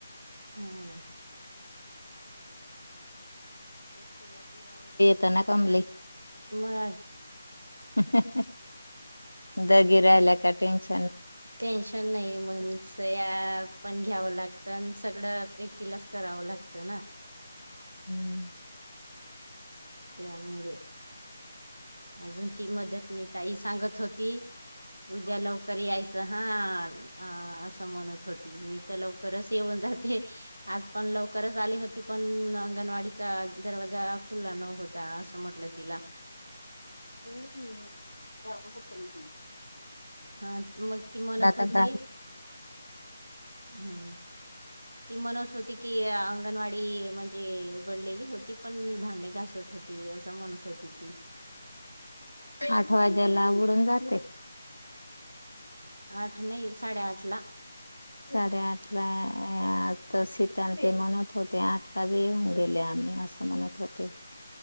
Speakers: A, on the right (about 35°); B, on the left (about 85°).
A: हा ना.
B: त्यांना कमली
A: मच
B: हेहेहे. दोघो राहिला का? त्यांच्या
A: टेन्शन नाही मंग. सह्या पण घ्यावं लागता. सगळं एकटीलाच करावं लागत ना.
B: हम्म.
A: त्यामुळेच अजून की मदतीन ताई सांगत की होती उद्या लवकर करी हायस हा अ अस म्हणत होती. होती मी तर लवकरच येऊन जाते. आज पण लवकरच झाली होती पण, अंगणवाडीचा दरवाजा खुला नव्ह ता असं म्हटलं तिला
B: हम्म हम्म. जाग होतरी ही.
A: हा मग ती म्हणत होती,
B: तर
A: हम्म. ती म्हणत होती की, अंगणवाडी म्हण जे उघडलेली होती, पण मी भांडे घासत होती. असं म्हणत होती ती.
B: आठ वाजायला उघडून जात.
A: आठ नाही साडे आठ ला.
B: साडे आठला आ आता सिता आमची म्हणत होती. आठला बी येऊन गेले आम्ही असं म्हणत होती.